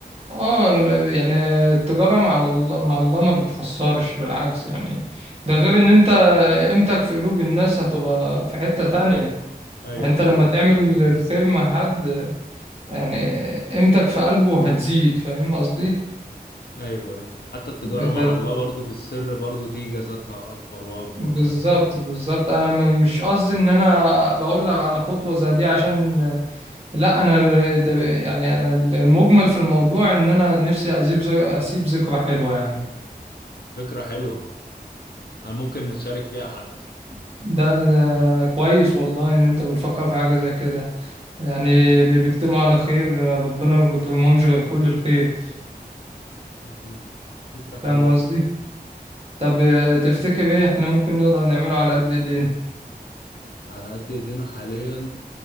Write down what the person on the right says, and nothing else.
اه ال- يعني التجارة مع الله مع الله ما بتخسرش بالعكس يعني ده غير ان انت قيمتك في قلوب الناس هتبقى في حتة تانية
يعني انت لما
تعمل الخير مع حد يعني قيمتك في قلبه هتزيد فاهم قصدي
بالظبط
ده
بالظبط بالظبط انا م- مش قصدي ان انا بقول لك على خطوة زي دي عشان لا انا ده يعني انا المجمل في الموضوع ان انا نفسي اسيب ذك- اسيب ذكرى حلوة يعني
ده, ده, ده كويس والله ان انت بتفكر في حاجة زي كده يعني اللي بيجتمعوا على خير ربنا ما بيكرمهمش غير كل الخير
فاهم قصدي طب آه، تفتكر ايه احنا ممكن نقدر نعمله على قد ايدينا